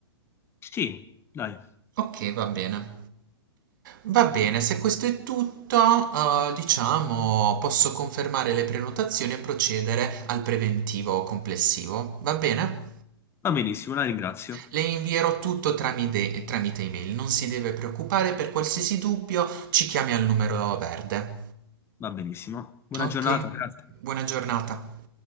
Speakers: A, on the left; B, on the right.
A: Sì, dai.
B: Ok, va bene. Va bene, se questo è tutto, eh, diciamo, posso confermare le prenotazioni e procedere al preventivo complessivo. Va bene?
A: Va benissimo, la ringrazio.
B: Le invierò tutto tramite, tramite email, non si deve preoccupare, per qualsiasi dubbio ci chiami al numero verde.
A: Va benissimo. Buona
B: Ok,
A: giornata, grazie.
B: buona giornata.